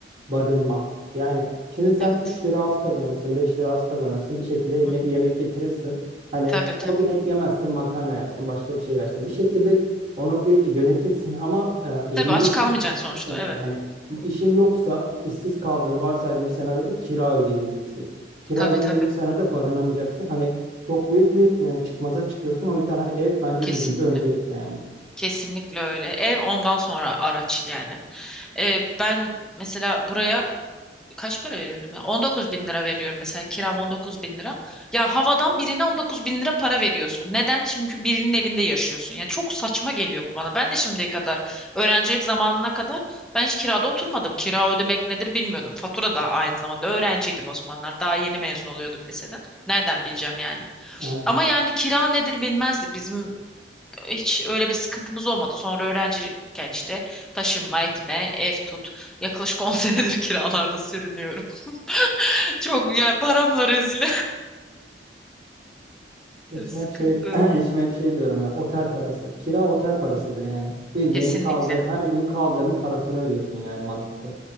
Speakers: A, on the right; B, in the centre.
A: barınma. Yani şimdi sen
B: Evet.
A: 3 lira az kazanırsın, 5 lira az kazanırsın. Bir şekilde evine
B: Hı hı.
A: bir yemek getirirsin. Hani
B: Tabii tabii.
A: o gün et yemezsin, makarna yersin, başka bir şey yersin. Bir şekilde onu bir yönetirsin ama e,
B: Tabii
A: evin
B: aç
A: yoksa
B: kalmayacaksın
A: çok
B: sonuçta.
A: sıkıntı.
B: Evet.
A: Hani işin yoksa, işsiz kaldığını varsaydığın bir senaryoda kira ödeyemeyeceksin. Kira
B: Tabii
A: ödeyemediğin
B: tabii.
A: bir senaryoda barınamayacaksın. Hani çok büyük bir e, çıkmaza çıkıyorsun. O yüzden hani ev bence
B: Kesinlikle.
A: birinci öncelik yani.
B: Kesinlikle öyle. Ev ondan sonra araç yani. Ee, ben mesela buraya kaç para veriyordum ya? 19 bin lira veriyorum mesela. Kiram 19 bin lira. Ya havadan birine 19 bin lira para veriyorsun. Neden? Çünkü birinin evinde yaşıyorsun. Yani çok saçma geliyor bu bana. Ben de şimdiye kadar öğrencilik zamanına kadar ben hiç kirada oturmadım. Kira ödemek nedir bilmiyordum. Fatura da aynı zamanda öğrenciydim o zamanlar. Daha yeni mezun oluyordum liseden. Nereden bileceğim yani?
A: Yani
B: Ama yani kira nedir bilmezdik. Bizim e, hiç öyle bir sıkıntımız olmadı. Sonra öğrenciyken işte taşınma etme, ev tut. Yaklaşık 10 <laughs> senedir kiralarda sürünüyorum. <laughs> Çok yani paramla rezil.
A: eşime
B: <laughs> Sıkıntı.
A: hep şey <clears throat> eşime hep şey diyorum ben. Otel parası. Kira otel parasıdır yani. Bildiğin
B: Kesinlikle.
A: kaldı her gün kaldığının parasını ödüyorsun yani mantıklı.